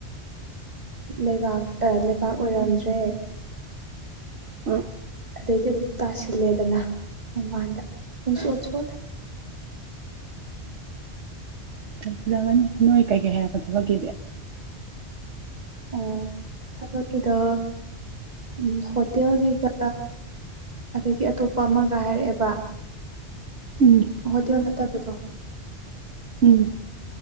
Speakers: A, on the right; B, on the right.
A: ꯂꯩꯕꯥꯛ ꯂꯩꯕꯥꯛ ꯑꯣꯏꯔꯝꯗ꯭ꯔꯦ
B: ꯎꯝ
A: ꯑꯗꯩꯗꯤ ꯑꯗꯨꯝ ꯇꯥꯁꯤꯜꯂꯦꯗꯅ ꯃꯃꯥꯟꯗ ꯄꯨꯡꯁꯨꯠꯆ ꯑꯣꯂꯦ
B: <unintelligible> ꯆꯠꯁꯤꯜꯂꯑꯅꯤ ꯅꯣꯏ ꯀꯩꯀꯩ ꯍꯥꯏꯔꯛꯄ ꯊꯕꯛꯀꯤꯁꯦ
A: ꯑꯣ ꯊꯕ ꯀꯗ ꯎ ꯍꯣꯇꯦꯜꯒꯤꯒ ꯑꯗꯒꯤ ꯑꯇꯣꯞꯄ ꯑꯃꯒ ꯍꯥꯏꯔꯛꯑꯦꯕ
B: ꯎꯝ
A: ꯍꯣꯇꯦꯜ ꯅꯠꯇꯕꯗꯣ
B: ꯎꯝ